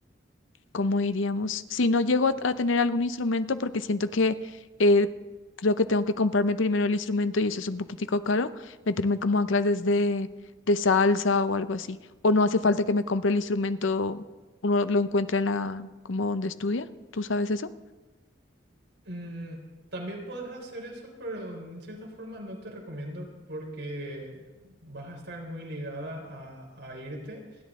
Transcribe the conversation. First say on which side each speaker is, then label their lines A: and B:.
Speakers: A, on the left; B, on the right.
A: ¿Cómo iríamos? Si no llego a, a tener algún instrumento, porque siento que eh, creo que tengo que comprarme primero el instrumento y eso es un poquitico caro, meterme como a clases de, de salsa o algo así. O no hace falta que me compre el instrumento, uno lo encuentra en la, como donde estudia. ¿Tú sabes eso?
B: Mm, también puedes hacer eso, pero en cierta forma no te recomiendo porque vas a estar muy ligada a, a irte.